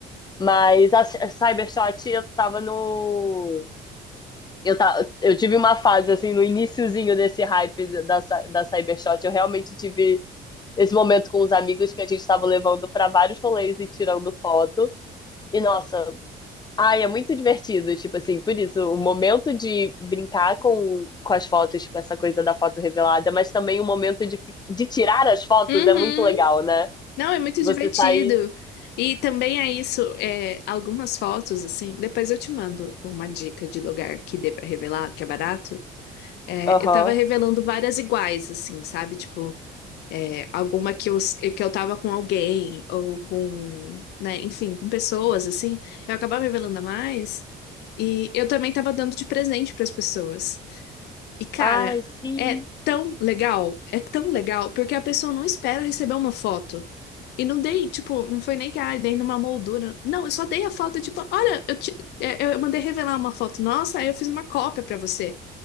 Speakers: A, on the left; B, on the left.
A: Mas a, Cy- a Cybershot, eu tava no. Eu, ta- eu tive uma fase, assim, no iniciozinho desse hype da, Cy- da Cybershot. Eu realmente tive esse momento com os amigos que a gente tava levando pra vários rolês e tirando foto. E, nossa, Ai, é muito divertido, tipo assim, por isso, o momento de brincar com, com as fotos, tipo, essa coisa da foto revelada, mas também o momento de, fi- de tirar as fotos
B: Uhum.
A: é muito legal, né?
B: Não, é muito
A: Você
B: divertido.
A: sair.
B: E também é isso, é, algumas fotos, assim. Depois eu te mando uma dica de lugar que dê pra revelar, que é barato. É,
A: Aham.
B: eu tava revelando várias iguais, assim, sabe? Tipo, é, alguma que eu, que eu tava com alguém, ou com, né, enfim, com pessoas, assim. Eu acabava revelando a mais. E eu também tava dando de presente pras pessoas. E, cara,
A: Ai, sim.
B: é tão legal, é tão legal, porque a pessoa não espera receber uma foto. E não dei, tipo, não foi nem que ah, dei numa moldura. Não, eu só dei a foto, tipo, olha, eu, te- é, eu mandei revelar uma foto nossa, aí eu fiz uma cópia pra você.